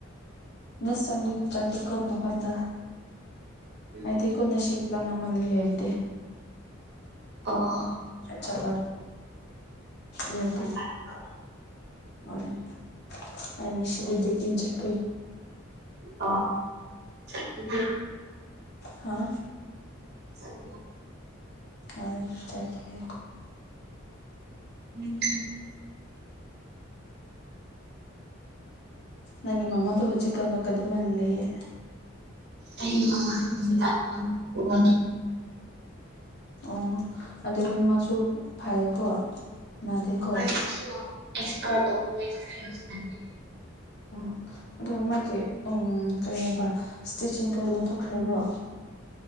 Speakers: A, on the left; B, on the right.
A: ꯅ ꯁꯝ ꯆꯥꯏꯀꯦꯀꯣ ꯃꯐꯝꯗ
B: ꯎꯝ
A: ꯍꯥꯏꯗꯦ ꯉꯁꯤ ꯄꯂꯥꯟ ꯑꯃ ꯂꯩꯌ‌ꯦ
B: ꯑꯣ
A: ꯆꯄꯜ ꯌꯥꯗꯤ
B: ꯌꯥꯝ ꯐꯩꯀꯣ
A: ꯍ‌ꫭꯏ ꯑꯩ ꯉꯁꯤ ꯗꯨꯏꯇꯤ ꯆꯠꯀ‌ꯦ
B: ꯑꯣ ꯆꯠꯅ
A: ꯍꯥ
B: ꯆꯠ
A: ꯑ ꯆꯠꯒꯤ
B: ꯎꯝ ꯎꯝ
A: ꯅꯪꯒꯤ ꯃꯃꯗꯨ ꯍꯣꯖꯤꯛ ꯀꯥꯟ ꯀꯩꯗꯧꯃꯥꯏ ꯂꯩꯌ‌ꯦ
B: ꯑꯩ ꯃꯃꯁꯤ ꯀꯥꯟꯗ ꯎꯒ
A: ꯑꯣ ꯑꯗꯨꯗꯤ ꯃꯁꯨ ꯐꯔꯦꯀꯣ ꯅꯥꯗꯦꯀꯣ
B: ꯑꯩ ꯑꯦꯛꯁꯄꯔꯠꯉꯥꯏ ꯆꯠꯈ꯭ꯔꯦ ꯍꯧꯖꯤꯛꯀꯥꯟꯗꯤ
A: ꯎ ꯑꯗꯣ ꯃꯥꯒꯤ ꯎꯝ ꯀꯩꯅ ꯍꯥꯏꯕ ꯏꯁꯇꯤꯆꯤꯡꯗꯨꯣ ꯂꯧꯊꯣꯛꯈ꯭ꯔꯕ꯭ꯔꯣ